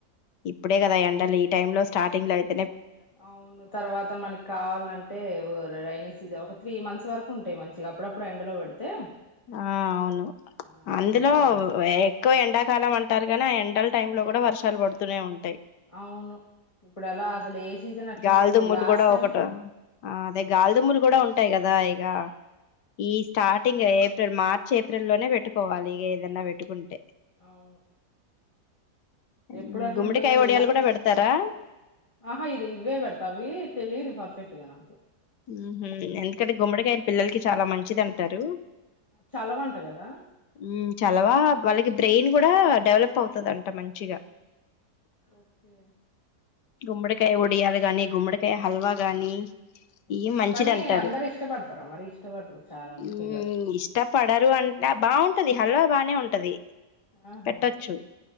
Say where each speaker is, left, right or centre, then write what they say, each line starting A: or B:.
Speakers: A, on the left; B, on the left.
A: ఇప్పుడే కదా ఎండల్ ఈ టైమ్ లో స్టార్టింగ్ లో అ
B: అవును తర్వాత మనకి కావాలంటే రైైని సీజన్ ఒక త్రీ మంత్స్ వరకు ఉంటాయి మంచిగా అడప్పుడు ఎండలో పెడితే
A: ఆ అవును
B: ఆ
A: అందులో
B: త్రీ ఫోర్ మంత్స్ వరకు.
A: ఎక్కువ ఎండాకాలం అంటారు గానీ ఆ ఎండల టై లో కూడా వర్షాలు పడుతునే ఉంట
B: అవును ఇప్పుడు అలా అసలు ఏ సీజన్ అట్లుంటుందో
A: గాలిదుుమ్ములు
B: లాస్ట్
A: కూడా
B: టైం
A: ఒకటి అదే గాలిదుమ్ములు కూడా ఉంటాయి కదా ఇక ఈ స్టార్టింగ్ ఏప్రిల్ మార్చ్ ఏప్రిల్లోనే పెట్టుకోవాలి ఏదన్నా పెట్టుకుంటే
B: అవును
A: ఉమ్,
B: ఎప్పుడు అట్లుంటందో
A: గుమ్మడికాయ
B: తెల్ల
A: ఒడియాలు కూడా పెడతారా
B: ఆహా ఇది ఇవ్వే పెడతా అవ్వి తెలియదు పర్ఫెక్ట్గానా
A: ఉ హు ఎందుకంటే గుమ్మడికాయలు పిల్లలకి చాలా మంచిది అంటారు
B: చలవంట కదా
A: ఉ చలవా వాళ్ళకి బ్రెయిన్ కూడా డెవలప్ అవుతుదంట మంచిగా
B: ఓకే
A: గుమ్మడికాయ ఒడియలు గానీ గుమ్మడికాయ హల్వా గానీ
B: మ్మ్
A: ఈ మంచిది
B: కానీ
A: అంటారు
B: అందరు ఇష్టపడతారా మరి ఇష్టపడరు చాలా మంది
A: ఉ
B: పిల్లలు
A: ఇష్టపడరు అంట బాగుంటది హలో బానే ఉంటది
B: ఆహా
A: పెట్టచ్చు